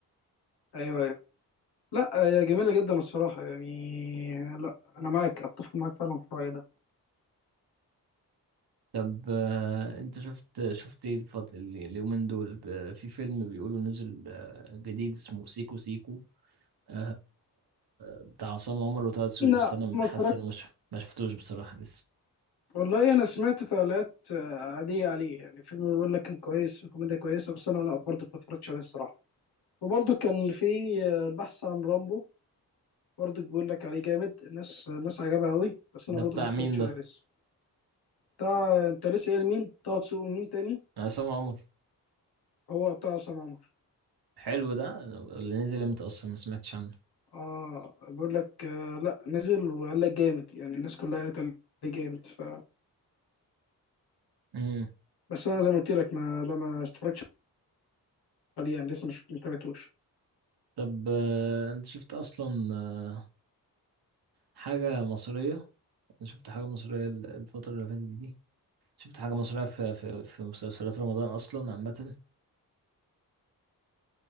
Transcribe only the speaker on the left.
أيوه أيوه لا هي جميلة جدا الصراحة يعني لا أنا معاك أتفق معاك فعلا في الرأي ده
لا
ما
اتفرجتش
والله انا سمعت تعليقات آه، عاديه عليه يعني فيلم بيقول لك كان كويس وكوميديا كويسه بس انا لا برضه ما اتفرجتش عليه الصراحه وبرضه كان في آه، البحث عن رامبو برضه بيقول لك عليه جامد الناس الناس عجبها قوي بس
انا برضه
ما اتفرجتش
عليه لسه بتاع انت لسه قايل مين طه دسوقي مين تاني
هو بتاع عصام عمر
اه بيقول لك آه لا نزل وقال لك جامد يعني الناس كلها قالت عليه جامد ف
بس انا زي ما قلت لك ما لا ما اتفرجتش عليه يعني لسه مش متابعتوش